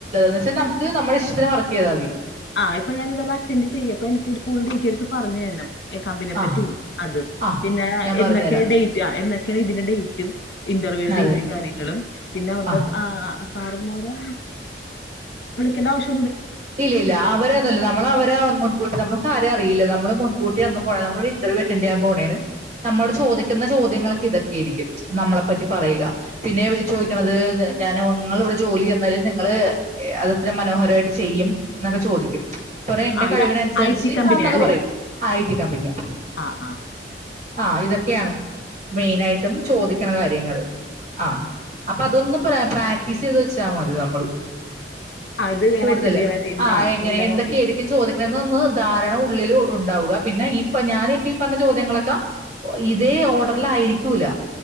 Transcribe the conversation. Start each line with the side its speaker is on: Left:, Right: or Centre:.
Right: പക്ഷേ ഞമ്മക് നമ്മുടെ ഇഷ്ടത്തിന് വർക്ക് ചെയ്താമതി
Left: ആ ഇപ്പ ഞാന് ഇതെല്ലാം അറ്റൻഡ് ചെയ്യ അപ്പ എനിക്ക് ഫുൾ ഡീറ്റെയിൽസ് പറഞ്ഞുതരണം കമ്പനിയെ പറ്റി
Right: ആ
Left: അത്
Right: ആ
Left: പിന്നെ
Right: ഞാൻ പറഞ്ഞുതരാം.
Left: എന്നൊക്കെ ഡേറ്റ് ആ എന്നക്കെ ഇതിന്റെ ഡേറ്റും ഇന്റർവ്യൂ
Right: അതെ.
Left: ഡേറ്റും കാര്യങ്ങളും പിന്നെ അവിടുത്തെസാ
Right: ആ.
Left: സാറന്മാരാ വിളിക്കേണ്ട ആവശ്യം
Right: ഇല്ല ഇല്ല അവരൊന്നുല്ല നമ്മളെ അവരെ മുൻകൂട്ടി നമ്മൾക്കാരെ അറിയ്ല്ല നമ്മള് മുൻ കൂട്ടി അന്നും പോണ്ട നമ്മ ഇന്റർവ്യൂ അറ്റന്റ് ചെയാൻ പോവാണ് നമ്മളോട് ചോദിക്കുന്ന ചോദ്യങ്ങളൊക്കെ ഇതൊക്കെ ആയിരിക്കും നമ്മളെ പറ്റി പറയുക പിന്നെ ചോദിക്കണുന്നത് എന്താച്ചാ ഞാങ്ങൾ ഇവിടെ ജോലി തെന്നാലും നിങ്ങള് എത്ര മനോഹരായിട്ട് ചെയ്യും എന്നൊക്കെ ചോദിക്കും കൊറേ എന്റെ
Left: ആ
Right: കഴിവിനനുസരിച്ച്
Left: ഇത് ഐ ടി കമ്പനിയാ
Right: ഒന്നൊക്കെ
Left: അല്ലേ
Right: പറയും ആ ഐ ടി കമ്പനിയാ
Left: ആ ആ
Right: ആ ഇതൊക്കെയാണ് മെയിനായിട്ട് ചോദിക്കണ കാര്യങ്ങൾ ആ അപ്പൊ അതൊന്നും പറയാ പ്രാക്ടീസ് ചെയ്ത് വെച്ചാൽ മതി നമ്മള്
Left: ആ ഇത് എങ്ങനെ
Right: കൂടുതൽ
Left: അറ്റൻഡ് ചെയ്യണ രീതി
Right: ആ എങ്ങനെ
Left: എല്ലാം
Right: എന്തൊക്കെയായിരിക്കും
Left: നോക്കിയിട്ട്
Right: ചോദിക്കണ എന്ന ഒന്ന് ധാരണ ഉള്ളിൽ ഉണ്ട് ഉണ്ടാവുക പിന്നെ ഇപ്പ ഞാനൻ ഇപ്പ ഈ പറഞ്ഞ ചോദ്യങ്ങളൊക്കെ ഇതേ ഓർഡറൽ ആയിരിക്കൂല